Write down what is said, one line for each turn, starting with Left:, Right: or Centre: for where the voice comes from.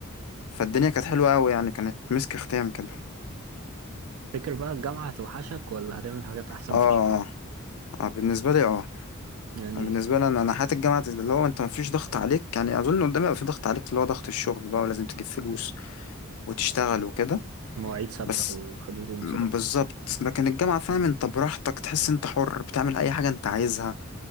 Left: فالدنيا كانت حلوه قوي يعني كانت مسك ختام كده
Right: فكر بقى الجامعة هتوحشك ولا هتعمل حاجات احسن
Left: اه
Right: في الشغل
Left: اه آه، بالنسبه لي اه
Right: يعني
Left: بالنسبه لي انا انا حياه الجامعه اللي هو انت مفيش ضغط عليك يعني اظن قدامي بقى في ضغط عليك اللي هو ضغط الشغل بقى ولازم تجيب فلوس وتشتغل وكده
Right: مواعيد ثابتة
Left: بس
Right: وحضور وانصراف
Left: م- بالظبط
Right: كده
Left: لكن الجامعة فاهم انت براحتك تحس انت حر بتعمل اي حاجة انت عايزها